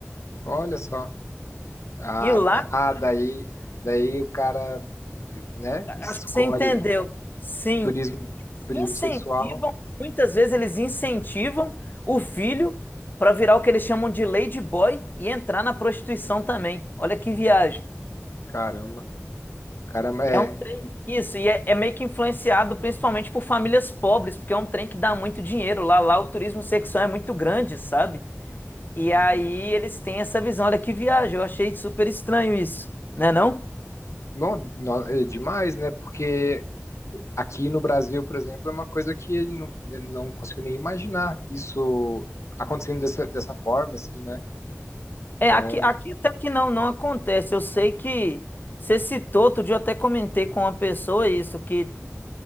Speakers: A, on the left (about 70°); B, on the left (about 40°).
A: Olha só. Ah,
B: E lá,
A: ah, daí, daí o cara, né, escolhe.
B: acho que você entendeu. Sim,
A: Turismo, turismo
B: incentivam,
A: sexual,
B: muitas vezes eles incentivam o filho para virar o que eles chamam de lady boy e entrar na prostituição também. Olha que viagem.
A: caramba. Caramba, é.
B: É um trem. Isso, e é, é meio que influenciado principalmente por famílias pobres, porque é um trem que dá muito dinheiro lá. Lá o turismo sexual é muito grande, sabe? E
A: uhum.
B: aí eles têm essa visão, olha que viagem, eu achei super estranho isso, né não?
A: Não, não, é demais, né? Porque aqui no Brasil, por exemplo, é uma coisa que eu não, eu não consigo nem imaginar isso acontecendo dessa, dessa forma, assim, né? Então,
B: É, aqui, aqui até que não, não acontece. Eu sei que você citou, outro dia eu até comentei com uma pessoa isso, que